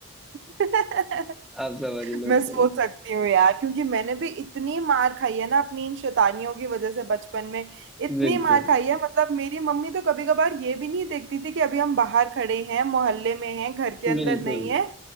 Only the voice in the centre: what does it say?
आप समझ लो
तो
बिल्कुल
बिल्कुल